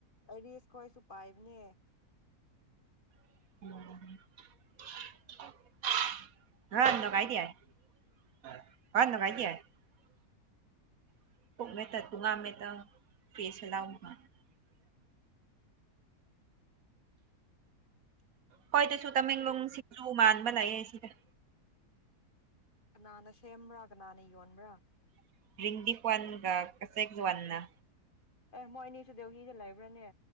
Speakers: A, on the left; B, on the right.
A: ꯑꯥꯏꯔꯤꯁ ꯈꯣꯏꯁꯨ ꯄꯥꯏꯕꯅꯦ
B: <unintelligible> <unintelligible> ꯑꯩꯈꯣꯏꯗꯁꯨ ꯇꯃꯦꯡꯂꯣꯡ
A: ꯑꯁꯤ
B: ꯁꯤꯡꯖꯨ ꯃꯥꯟ ꯕꯂꯩꯇꯦ ꯁꯤꯗ
A: ꯀꯅꯥꯅꯥ ꯁꯦꯝꯕꯔꯥ ꯀꯅꯥꯅ ꯌꯣꯟꯕꯔꯥ
B: <unintelligible> ꯋꯥꯟꯅꯥ
A: ꯑꯦ ꯃꯣꯏ ꯑꯅꯤꯁꯨꯨ ꯗꯦꯜꯍꯤꯗ ꯂꯩꯕ꯭ꯔꯥꯅꯦ